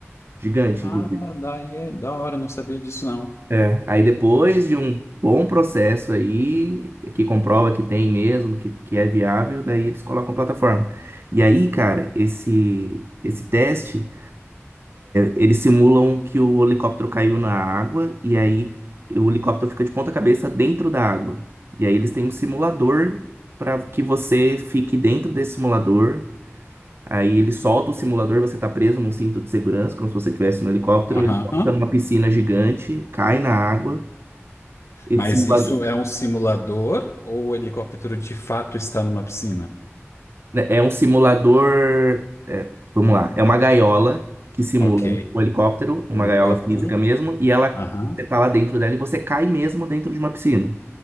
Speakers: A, on the right; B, on the left.
A: Gigante,
B: Ah,
A: inclusive.
B: daí é da hora, eu não sabia disso não.
A: É, aí depois de um bom processo aí, que comprova que tem mesmo, que, que é viável, daí eles colocam plataforma. E aí, cara, esse, esse teste. Eles simulam que o helicóptero caiu na água e aí o helicóptero fica de ponta cabeça dentro da água. E aí eles têm um simulador para que você fique dentro desse simulador. Aí ele solta o simulador, você tá preso num cinto de segurança, como se você estivesse no helicóptero.
B: Aham.
A: Ele solta numa piscina gigante, cai na água. Esse
B: Mas
A: simulador
B: isso é um simulador ou o helicóptero de fato está numa piscina?
A: né, é um simulador. é, vamos lá, é uma gaiola que simula
B: Ok.
A: um um helicóptero, uma
B: O helicóptero.
A: gaiola física mesmo, e ela
B: Aham.
A: você tá lá dentro dela e você cai mesmo dentro de uma piscina.